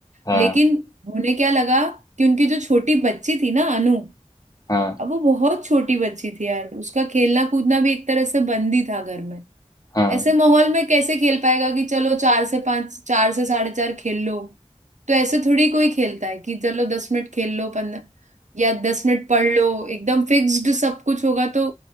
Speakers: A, on the left (about 30°); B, on the right (about 80°).
A: हाँ
B: लेकिन उन्हें क्या लगा कि उनकी जो छोटी बच्ची थी ना अनु
A: हाँ
B: अब वो बहुत छोटी बच्ची थी यार उसका खेलना कूदना भी एक तरह से बंद ही था घर में
A: हाँ
B: ऐसे माहौल में कैसे खेल पाएगा कि चलो चार से पांच चार से साढ़े चार खेल लो तो ऐसे थोड़ी कोई खेलता है कि चलो दस मिनट खेल लो पंद्रह या दस मिनट पढ़ लो एकदम फिक्स्ड सब कुछ होगा तो